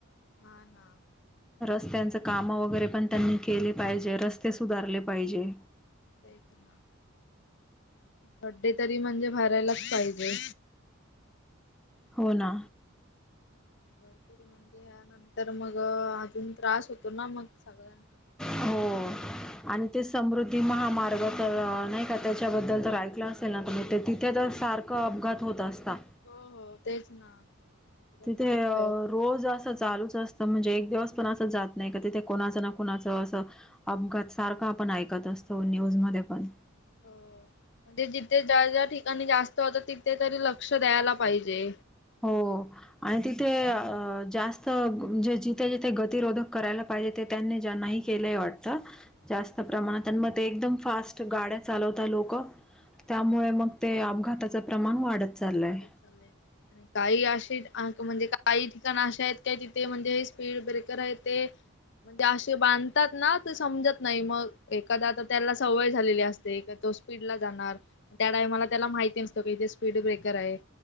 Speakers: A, on the left (about 55°); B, in the centre.
A: हा. ना.
B: रस्त्यांच काम वगैरे पण त्यांनी केले पाहिजे. रस्ते सुधारले पाहिजे.
A: तेच ना. खड्डे तरी म्हणजे भरायलाच पाहिजे.
B: होना.
A: <unintelligible> या नंतर मग अजून त्रास होतो. ना मग सगळ्या ना.
B: हो आणि ते समृद्धी महामार्ग तर. नाही का त्याच्याबद्दल तर ऐकलं असेल ना तुम्ही ते तिथे. तर सारख अपघात होत असतात.
A: हो. हो. तेच ना. तुला चालूच
B: तिथे
A: आहे.
B: रोज असं चालूच असत. म्हणजे एक दिवस पण अस जात नाही. का तिथे कोुणाचं ना कोुणाचं असं अपघात सारखं आपण ऐकत असतो. असतो न्यूज मध्ये पण.
A: हो. म्हणजे जिथे ज्या-ज्या ठिकाणी जास्त होत. तिथे तरी लक्ष द्यायला पाहिजे.
B: हो आणि तिथे आ. जास्त म्हणजे जिथे-जिथे गतिरोधक करायला पाहिजे ते त्यांनी ज्यांना केलंय वाटत? जास्त प्रमाणात आणि मग ते एकदम फास्ट गाड्या चालवतात लोक. त्यामुळे
A: हा
B: मग ते अपघाताचं प्रमाण वाढत. चाललंय.
A: वाढत चालेय. काही असे म्हणजे काही ठिकाण अे आहेत. काय तिथे म्हणजे हे स्पीड ब्रेकर आहे ते. म्हणजे असे बांधतात ना. ते समजत नाही. मग एखादा आता त्याला सवय झालेली असते. स्पीड ला जाणार. त्या मला त्याला माहिती नसते स्ड ब्रेक. कर आहेत.